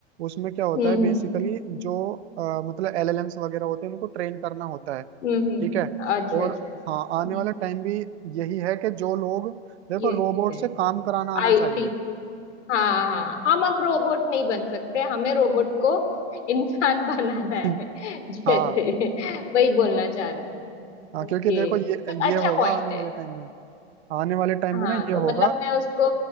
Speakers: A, on the right (about 65°); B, on the left (about 85°).
A: उसमें क्या होता
B: हम्म
A: है बेसिकली
B: हम्म
A: जो अ, मतलब एलएलएम्स वगैरह होते हैं उनको ट्रेन करना होता है
B: हम्म हम्म।
A: ठीक है
B: अच्छा
A: और
B: अच्छा हम्म
A: हाँ आने वाला
B: हम्म।
A: टाइम भी यही है कि जो लोग देखो
B: ये
A: रोबोट
B: भी है
A: से काम कराना आना
B: आईटी
A: चाहिए
B: हाँ हाँ हम अब रोबोट नहीं बन सकते हमें रोबोट को इंसान <laughs> बनाना
A: <laughs>
B: है जैसे
A: हाँ
B: वही बोलना चाह रहे
A: हाँ
B: हैं
A: क्योंकि
B: ओके
A: देखो ये
B: मतलब अच्छा
A: ये होगा
B: पॉइंट
A: आने वाले
B: है
A: टाइम में आने वाले टाइम
B: हाँ
A: में ना
B: तो
A: ये होगा
B: मतलब मैं उसको